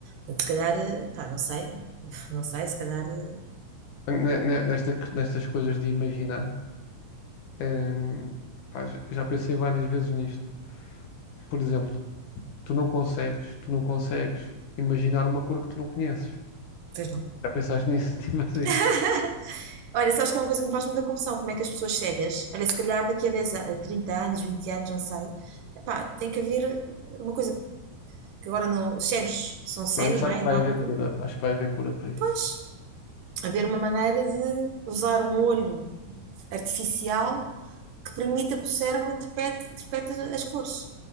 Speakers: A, on the right (about 70°); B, on the left (about 65°).
A: Portanto, se calhar, eh, pá, não sei, não sei, se calhar, eh,
B: Ne- ne- Nesta, nestas coisas de imaginar, hum, pá, já já pensei várias vezes nisto. Por exemplo, tu não consegues, tu não consegues imaginar uma cor que tu não conheces.
A: pois não.
B: Já pensaste nisso? <laughs> Tipo assim.
A: <laughs> Olha, sabes que é uma coisa que me faz muita confusão, como é que as pessoas cegas, olha, se calhar daqui a 10, a- a 30 anos, 20 anos, não sei, epá, tem que haver eh, uma coisa que agora não, os cegos são cegos,
B: Não, isso
A: não
B: acho
A: é?
B: que vai
A: Não há,
B: haver cura. Acho que vai haver cura para isso.
A: pois, haver uma maneira de usar um olho artificial que permita que o cérebro interprete, interprete as cores.